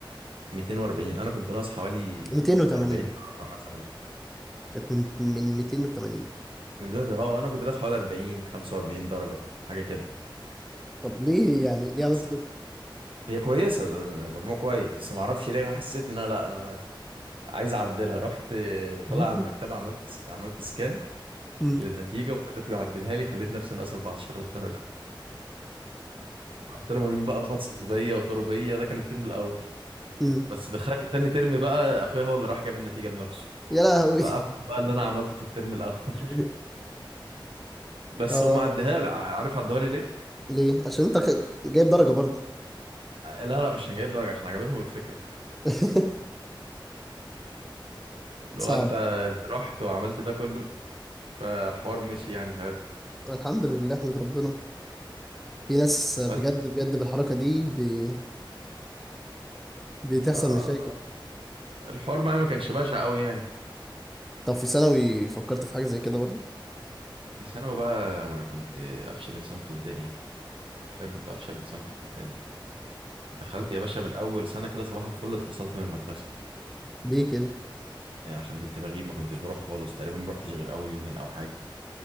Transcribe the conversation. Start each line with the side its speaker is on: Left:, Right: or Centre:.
Right: 240 انا كنت ناقص حوالي
Centre: 280
Right: 40 درجه مثلا
Centre: كانت من من 280
Right: من دلوقتي اه انا كنت ناقص حوالي 40 45 درجه حاجه كده
Centre: طب ليه يعني ليه
Right: بس
Centre: عملت كده
Right: هي كويسه ده مجموع كويس بس ما اعرفش ليه انا حسيت ان انا لا انا عايز اعدلها رحت
Centre: <laughs>
Right: طالع على المكتبه عملت سك- عملت سكان
Centre: مم.
Right: للنتيجه وخليته يعدلها لي خليت نفسي ناقص 14 درجه رحت لهم قالوا لي بقى ببسط طبيه وطربيه ده كان الترم الاول
Centre: مم.
Right: بس دخلت تاني ترم بقى اخويا هو اللي راح جاب النتيجه بنفسه
Centre: يا لهوي
Right: فقفل بقى اللي انا عملته في الترم الاول <laughs>
Centre: <laughs>
Right: بس
Centre: اه
Right: هم عدها لي عارف عدوها لي ليه؟
Centre: ليه عشان انت خ- جايب درجة برضه
Right: لا لا مش هنجيب درجه عشان عجبتهم الفكره
Centre: <laughs>
Right: اللي
Centre: صعب
Right: هو انت أنت رحت وعملت ده كله فالحوار مشي يعني ساعتها
Centre: الحمد لله احمد ربنا في ناس بجد
Right: بس
Centre: بجد بالحركة دي بي... بتحصل
Right: اه
Centre: مشاكل
Right: الحوار معايا ما كانش بشع قوي يعني
Centre: طب في ثانوي فكرت في حاجة زي كده برضه
Right: في ثانوي بقى انا كنت افشل انسان في الدنيا حرفيا كنت افشل انسان في الدنيا دخلت يا باشا من اول سنه كده صباح الفل اتفصلت من المدرسه
Centre: ليه كده
Right: يعني عشان كنت بغيب ما كنتش بروح خالص تقريبا ما روحتش غير اول يومين او حاجه